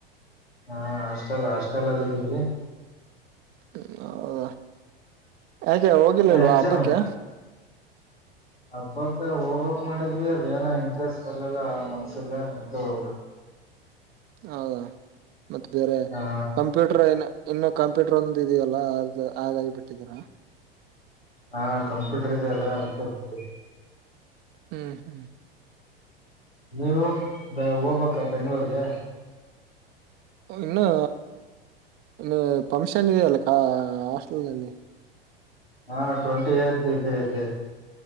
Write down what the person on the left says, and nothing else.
ಹಾ ಹಾಸ್ಟೆಲ್ ಹಾಸ್ಟೆಲ್ ಅಲ್ಲಿದ್ದೀವಿ
ಏನ್ ಎಕ್ಸಾಮ್
ಹಬ್ಬಕ್ ಹೋಗ್ಬಕ್ ಮಾಡಿದ್ವಿ ಅದೇಏನ ಇಂಟ್ರೆಸ್ಟ್ ಬರ್ಲಿಲ್ಲ ಮನ್ಸಿಲ್ಲ ಅಂತ ಹೋಲ್
ಹಾ
ಹಾ ಕಂಪ್ಯೂಟರ್ ಇದೆ ಅಲ್ಲ ಅದಕ್ಕೆ ಬಿಟ್ಟಿವು
ನೀವು ಬ ಹೋಗ್ಬೇಕ ಬೆಂಗ್ಗಳೂರ್ಗೆ
ಹಾ ಟ್ವೆಂಟಿ ಏತ್ ಇದೆ ಇದೆ